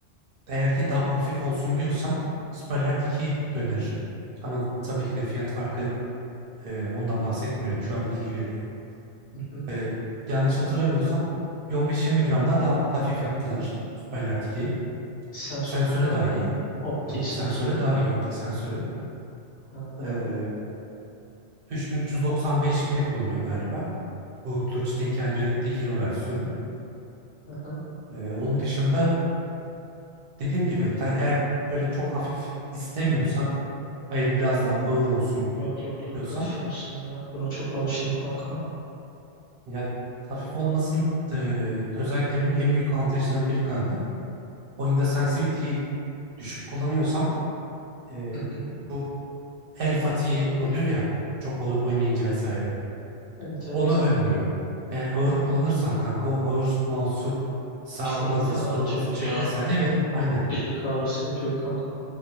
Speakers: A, on the right; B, on the left.
A: eğer ki daha hafif olsun diyorsan Superlight 2'yi öneririm. Ama tabii ki de fiyat farkı e, ondan bahsetmiyorum. Şu anda bilgi veriyorum.
B: Hı hı.
A: E, yanlış hatırlamıyorsam bir 15-20 gram daha da hafif yaptılar Superlight 2'yi.
B: Sensörleri
A: Sensöre
B: aynı
A: daha iyi.
B: mı? Opti
A: Yok
B: sensörü.
A: sensöre daha iyi optik sensörü.
B: Ha,
A: E, 3395 ne kullanıyor galiba. Bu Logitech'in kendi ürettiği Hero versiyonu.
B: hı hı.
A: E, onun dışında dediğim gibi ta- eğer böyle çok hafif istemiyorsan hayır biraz daha ağır olsun
B: Yok yok yok
A: diyorsan
B: olsun ya. Buna çok alıştım kanka.
A: ya hafif olmasın e, özellikle benim en büyük avantajından biri kanka. Oyunda sensitivity'yi düşük kullanıyorsan e,
B: Hı hı.
A: bu el fatihi oluyor ya çok oy- oynayınca vesaire.
B: Evet evet.
A: Onu önlüyor. Eğer ağır kullanırsan kanka o ağır mouse'u sağa
B: Bileğimi
A: hızlı
B: ağrıtıyor
A: sola hızlı çek
B: ya.
A: vesaire evet
B: Hı.
A: aynen.
B: Bilek ağrısı yapıyor kanka.